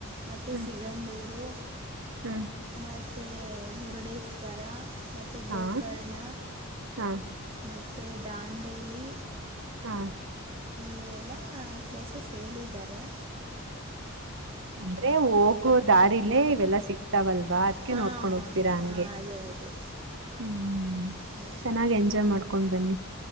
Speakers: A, on the right; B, on the right.
A: ಮತ್ತೇ
B: ಹ್ಮ್
A: ಸಿಗಂದೂರು.
B: ಹ್ಮ್
A: ಮತ್ತೆ ಮುರುಡೇಶ್ವರ ಮತ್ತೆ
B: ಹಾ
A: ಗೋಕರ್ಣ.
B: ಹಾ
A: ಮತ್ತೇ ದಾಂಡೇಲಿ.
B: ಹಾ
A: ಇವೆಲ್ಲ ಪ್ಲೇಸಸ್ ಹೇಳಿದ್ದಾರೆ.
B: ಅಂದ್ರೆ ಹೋಗೋ ದಾರಲೆ ಇವೆಲ್ಲಾ ಸಿಕ್ತಾವಲ್ವಾ. ಅದಕ್ಕೇ
A: ಹಾಂ
B: ನೋಡ್ಕೊಂಡ್ ಹೋಗ್ತೀರಾ ಹಂಗೆ.
A: ಹಾಂ ಅದೇ ಅದೇ
B: ಹ್ಮ
A: ಹ್ಞೂ
B: ಚೆನ್ನಾಗಿ ಎಂಜಾಯ್ ಮಾಡ್ಕೊಂಡ್ ಬನ್ನಿ.